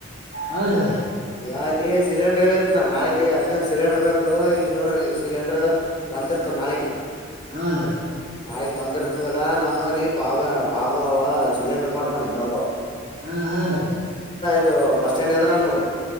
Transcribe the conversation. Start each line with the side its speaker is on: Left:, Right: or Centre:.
Right: ಹನ್ ರೀ.
Left: ಈಗ ಅಲ್ಲಿ ಸಿಲಿಂಡರ್ ಹೇಳಿ ಇರ್ತ ನ ನಾಳಿಗೆ ಅರ್ಜೆಂಟ್ ಸಿಲಿಂಡರ್ ಬೇಕು ಇಲ್ಲಿ ನೋಡ್ರ ಈಗ ಸಿಲಿಂಡರ್ ಬಂದಿರ್ತ ನಾಳೆಗೆ
Right: ಹನ್ರಿ
Left: ನಾಳಿಗ್ ಬಂದಿರ್ ಇತದೆಲ್ಲಾ ನಾನು ಅಲ್ಲಿ ಬಾಬ ಬಾಬ ಅವ ಸಿಲಿಂಡರ್ ಮಾರ್ತಾನ ಇನೊಬ್ಬ.
Right: ಹಾ ಹ್ಮ್ ನ ರಿ.
Left: ಇದು ಬಸ್ ಸ್ಟ್ಯಾಂಡ್ ಎದ್ರ್ ನೋಡು.